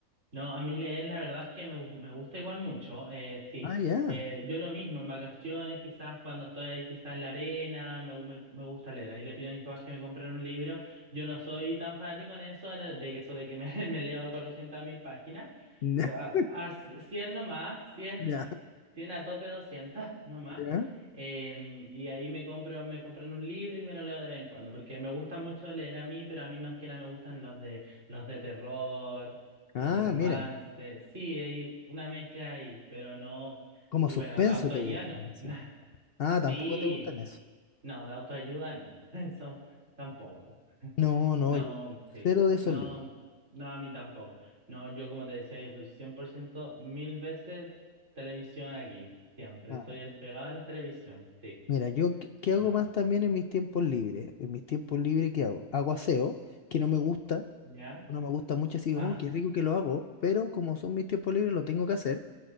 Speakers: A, on the right; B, on the left.
A: no, a mí leer la verdad es que me, gu- me gusta igual mucho. Eh, sí,
B: Ah, ya.
A: Eh, yo lo mismo, en vacaciones, quizás cuando estoy ahí, quizás en la arena, me, gu- me, me gusta leer. Ahí le pido a mis papás que me compren un libro. Yo no soy tan fanático en eso, en el- de que eso de que me, <laughs> me leo cuatrocientas mil páginas,
B: <laughs>
A: A, a 100 nomás, cien
B: Ya,
A: <laughs> cien a tope 200 <laughs> nomás.
B: ya.
A: Em, y ahí me compro, me compran un libro y me lo leo de vez en cuando, porque me gusta mucho leer a mí, pero a mí más que nada me gustan los de, los de terror,
B: Ah,
A: los de romance,
B: mira,
A: sí, hay una mezcla ahí, pero no,
B: como
A: y
B: suspenso
A: bueno, de autoayuda
B: te gusta.
A: no,
B: sí.
A: <laughs>
B: Ah, tampoco
A: sí,
B: te gustan esos.
A: no, de autoayuda no, <laughs> eso tampoco.
B: No, no,
A: No,
B: yo
A: sí.
B: cero de esos
A: No,
B: libros.
A: no, a mí tampoco. No, yo como te decía, yo soy 100% mil veces televisión aquí. Siempre.
B: Ah,
A: Soy el pegado de la televisión. Sí.
B: mira, yo qué, qué hago
A: No.
B: más también en mis tiempos libres. En mis tiempos libres, ¿qué hago? Hago aseo, que no me gusta,
A: ¿Ya?
B: no me gusta mucho, así,
A: Ah,
B: oh, qué rico que lo hago, pero como son mis tiempos libres, lo tengo que hacer.